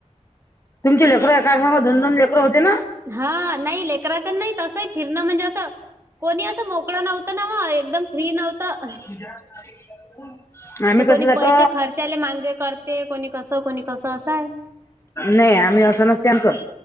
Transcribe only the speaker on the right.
हा नाही लेकराच नाही तसही फिरणं म्हणजे असं. कोणी असं मोकळं नव्हतं नाव एकदम फ्री नव्हतं.
असं कोणी
पैसे खर्चाला मागे करते कोणी कसं कोणी कसं असं आहे.